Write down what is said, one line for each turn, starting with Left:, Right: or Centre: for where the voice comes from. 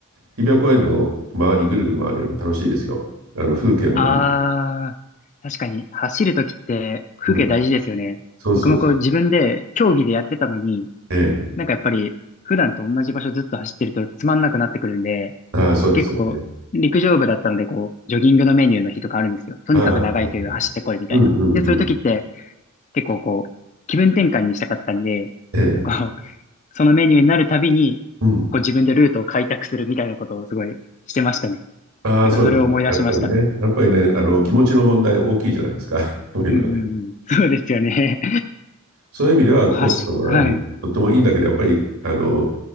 Right: 日比谷公園の周り、ぐるぐる回るよりも楽しいですよ。あの、風景もいい。
Left: ああ、確かに走るときって風景大事ですよね。
Right: うん。そうそうそう。
Left: 僕もこう自分で競技でやってたのに、
Right: ええ。
Left: なんかやっぱり普段と同じ場所ずっと走ってるとつまんなくなってくるんで、
Right: ああ、そうですよね。
Left: 結構こう陸上部だったのでこうジョギングのメニューの日とかあるんですよ。とにかく長い距離を走ってこいみたいな。
Right: ああ、はいはい。うんうんうん。
Left: で、そういうときって結構こう気分転換にしたかったんで、
Right: ええ。
Left: こう、そのメニューになるたびに、
Right: うん。
Left: こう自分でルートを開拓するみたいなことをすごいしてましたね。
Right: ああ、
Left: なんかそれを思い出しました。
Right: そうですか。やっぱりね、やっぱりね、あの、気持ちの問題大きいじゃないですか。<laughs> こういうのね。
Left: うんうんうん。そうですよね。
Right: そういう意味では皇居の周り、
Left: こう走、はい。
Right: とってもいいんだけど、やっぱり、あの、